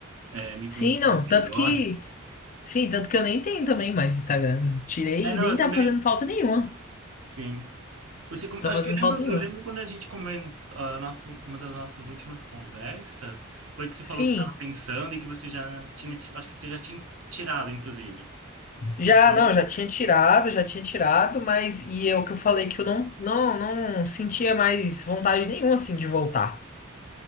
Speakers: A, on the right; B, on the left.
A: é, me conhecerem
B: Sim, não,
A: melhor.
B: tanto que. Sim, tanto que eu nem tenho também mais Instagram. Tirei
A: É, não,
B: e nem
A: eu
B: tá
A: também,
B: fazendo falta nenhuma.
A: sim. Você, come-
B: Não tá
A: eu acho
B: fazendo
A: que eu
B: falta
A: lembro,
B: nenhuma.
A: eu lembro quando a gente comentou, a nosso, uma das nossas últimas conversas, foi que você
B: Sim.
A: falou que estava pensando e que você já tinha, ti- acho que você já tinha tirado, inclusive.
B: Já,
A: Então,
B: não, já tinha tirado, já tinha tirado, mas e é o que eu falei que eu não, não, não sentia mais vontade nenhuma assim de voltar,